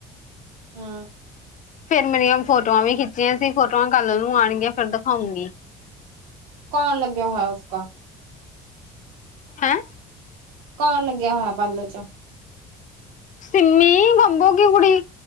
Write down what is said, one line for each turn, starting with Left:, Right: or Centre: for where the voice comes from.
Right: ਹੂੰ।
Left: ਫੇਰ ਮੇਰੀਆਂ ਫੋਟੋਆਂ ਵੀ ਖਿੱਚੀਆਂ ਸੀ, ਫੋਟੋਆਂ ਕੱਲ ਨੂੰ ਆਉਣਗੀਆਂ ਫਿਰ ਦਿਖਾਉਂਗੀ।
Right: ਕੌਣ ਲੱਗਿਆ ਹੋਇਆ ਉਸ ਕਾ।
Left: ਹੈਂ
Right: ਕੌਣ ਲੱਗਿਆ ਹੋਇਆ ਪਾਰਲਰ ਚ
Left: ਸਿੰਮੀ ਬੱਬੂ ਕੀ ਕੁੁੜੀ।